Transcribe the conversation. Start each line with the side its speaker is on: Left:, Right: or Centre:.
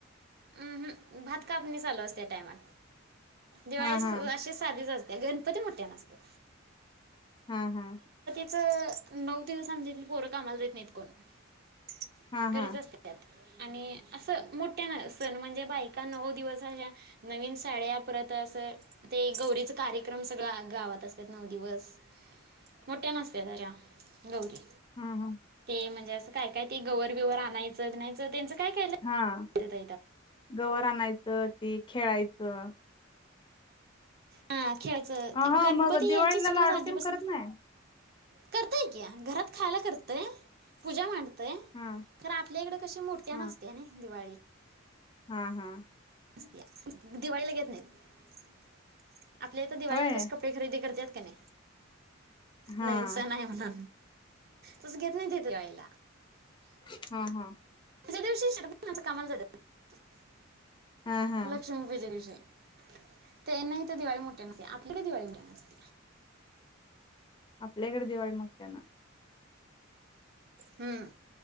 Right: अहं भात कापणी चालू अस त्या टाईमला दिवाळी
Left: हां हां.
Right: अशीच साधीच अस त्या गणपती मोठ्या नसतात
Left: हा हा
Right: नऊ दिवस आमच्या इथली पोरं कामाला जाईत नाही कोण
Left: हां
Right: घरीच
Left: हां.
Right: असत्यात आणि असं मोठ्यान सण म्हणजे बायका नऊ दिवस अश्या नवीन साड्या परत असं ते गौरीच कार्यक्रम सगळ गावात असतात नऊ दिवस मोठ्या नसते दर्‍या गौरी
Left: हम्म हम
Right: हे म्हणजे असं काय? काय? ते गवरबिवर आणयंच न्यायचं त्यांच काय केल
Left: हां.
Right: <unintelligible>
Left: गवर आणायचं ते खेळायचं
Right: हा खेळायचं
Left: अ
Right: आणि
Left: हां
Right: गणपती
Left: मग दिवाळीला
Right: यायचं
Left: लाडू
Right: <inaudible> आधीपासून
Left: तेन करत नाही?
Right: करतायक्या घरात खायला करतय पूजा मांड - <unintelligible> खरय
Left: हां.
Right: खर आपल्या इकडे कशी मोठी
Left: हां.
Right: नसते ना दिवाळीत
Left: हां हां
Right: <inaudible> दिवाळीला घेत नाहीत आपल्या इथं दिवाळीला
Left: होय?
Right: कसं कपडे खरेदी करत्यात केन्ने
Left: हां.
Right: नवीन सण आहे म्हणा तसं घेत नाही ते तरी <unintelligible>
Left: हा हा
Right: ज्यादिवशी शरबत <unintelligible> कामाला जात्यात
Left: हां हां.
Right: लक्ष्मीपूजेच्या दिवशी - ते नाही तर दिवाळी मोठी नसते आपल्याकडे दिवाळीला -
Left: आपल्याकडे दिवाळी मोठ्या ना
Right: हं